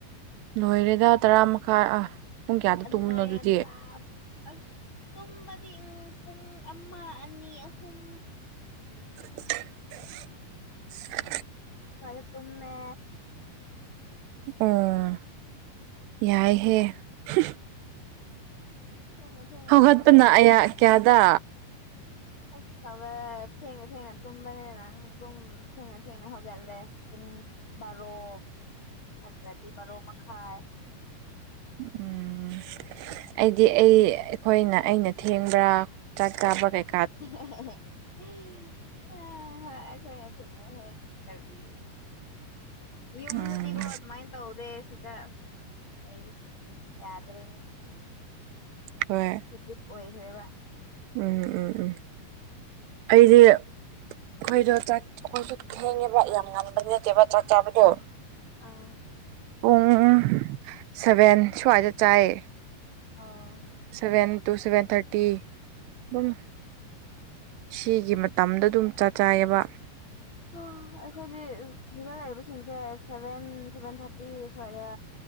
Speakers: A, on the right; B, on the left.
A: ꯂꯣꯏꯔꯦꯗ ꯇꯔꯥ ꯃꯈꯥꯏ ꯑꯥ ꯄꯨꯡ ꯀꯌꯥꯗ
B: ꯑꯗꯨꯃꯥꯏꯅ
A: ꯇꯨꯝꯕꯅꯣ ꯑꯗꯨꯗꯤ
B: ꯆꯥꯞ ꯑꯁ ꯇꯨꯝꯕꯗꯤ ꯎꯝ ꯄꯨꯡ ꯑꯃ ꯑꯅꯤ ꯑꯍꯨꯝ
A: <unintelligible>
B: ꯁ꯭ꯋꯥꯏꯗ ꯇꯨꯝꯃꯦ
A: ꯎꯪ ꯌꯥꯏꯍꯦ ꯍꯨꯍ
B: ꯊꯦꯡꯅ ꯊꯦꯡꯅ
A: ꯍꯥ ꯍꯧꯒꯠꯄꯅ
B: ꯇꯨꯝꯕꯅꯤꯅ
A: ꯑꯌꯥ ꯀꯌꯥꯗ
B: ꯑꯁ ꯍꯧꯒꯠ ꯊꯦꯡꯅ ꯊꯦꯡꯅ ꯇꯨꯝꯕꯅꯤꯅ ꯑꯪ ꯑꯗꯨꯝ ꯊꯦꯡꯅ ꯊꯦꯡꯅ ꯍꯧꯒꯠꯂꯦ ꯄꯨꯡ ꯕꯥꯔꯣ ꯅꯠꯇ꯭ꯔꯗꯤ ꯕꯥꯔꯣ ꯃꯈꯥꯏ
A: ꯎꯝ ꯑꯩ ꯗꯤ ꯑꯩ ꯑꯩꯈꯣꯏꯅ ꯑꯩꯅ ꯊꯦꯡꯕ꯭ꯔꯥ ꯆꯥꯛ ꯀꯥꯕ ꯀꯩ
B: ꯑꯦꯍꯦ ꯍꯦ ꯍꯦ ꯑ ꯍꯣꯏ ꯑꯩꯈꯣꯏꯅ <unintelligible> ꯌꯨꯝꯗꯗꯤꯒꯣ
A: ꯎꯝ
B: ꯑꯗꯨꯃꯥꯏꯟ ꯇꯧꯗꯦ ꯁꯤꯗ ꯑꯥꯁ ꯂꯩꯕꯒꯤ ꯌꯥꯗ꯭ꯔꯦꯅꯦ
A: ꯍꯣꯏ
B: ꯍꯦꯕꯤꯠ ꯑꯣꯏꯈ꯭ꯔꯦꯕ
A: ꯎꯝ ꯎꯝ ꯎꯝ ꯑꯩꯗꯤ ꯑꯩꯈꯣꯏꯗꯣ ꯆꯥꯛ ꯑꯩꯈꯣꯏꯁꯨ ꯊꯦꯡꯉꯦꯕ ꯌꯥꯝ ꯉꯟꯕꯗꯤ ꯅꯠꯇꯦꯕ ꯆꯥꯛ ꯆꯥꯕꯗꯣ
B: ꯑꯥ
A: ꯄꯨꯡ ꯁꯚꯦꯟ ꯁ꯭ꯋꯥꯏꯗ ꯆꯥꯏꯌꯦ
B: ꯑꯣ
A: ꯁꯚꯦꯟ ꯇꯨ ꯁꯚꯦꯟ ꯊꯥꯔꯇꯤ ꯗꯨꯝ ꯁꯤꯒꯤ ꯃꯇꯝꯗ ꯑꯗꯨꯝ ꯆꯥ ꯆꯥꯏꯑꯦꯕ
B: ꯑꯣ ꯑꯩꯈꯣꯏꯗꯤ ꯁꯤꯗ ꯂꯩꯕꯁꯤꯡꯁꯦ ꯁꯚꯦꯟ ꯁꯚꯦꯟ ꯊꯥꯔꯇꯤ ꯁ꯭ꯋꯥꯏꯗ